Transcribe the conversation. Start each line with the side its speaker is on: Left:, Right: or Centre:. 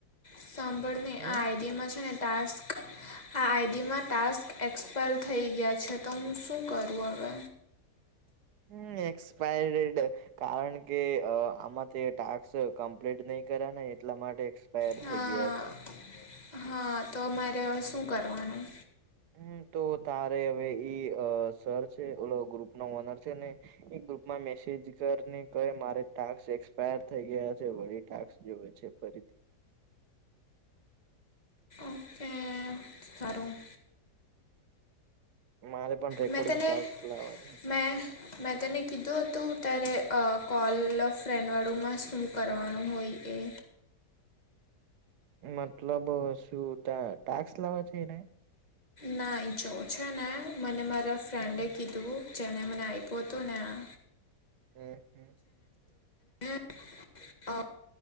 Left: સાંભળને આ
Right: હમ
Left: આઈડિયામાં છે ને ટાસ્ક આ આઈડીમાં ટાસ્ક એક્સપાયર થઈ ગયા છે તો હું શું કરું હવે.
Right: હમ એક્સપાયર્ડ કારણ કે આમાં તે ટક્સ કમ્પ્લીટ નહી કર્યા ને એટલા માટે એક્સપાયર
Left: હા
Right: થઈ ગયા છે
Left: હા તો મારે હવે શું કરવાનું.
Right: હમ તો તારે હવે ઈ સર છે ઓલો ગ્રુપ ન ઓનર છે ને એક ગ્રુપમાં મેસેજ કરીને ક મારે ટાસ્ક એક્સપાયર થઈ ગયા છે વળી. ટાસ્ક જોવે છે ફરી.
Left: ઓકે સારું.
Right: હ મારે પણ રેકોર્ડિંગ
Left: મેં તને
Right: ટાક્સ લાવવા છે
Left: મેં મેં તને કીધું હતું ત્યારે કોલ ફ્રેન્ડવાળુંમાં શું કરવાનું હોય એ
Right: મતલબ શું ત્યા ટેક્સ લેવા છે એને
Left: ના ઈ જોવ છે ને મને મારા ફ્રેન્ડે
Right: હમ
Left: કીધું ચણે મને આ આવીપતો ને આ
Right: હમ હમ
Left: <unintelligible> અ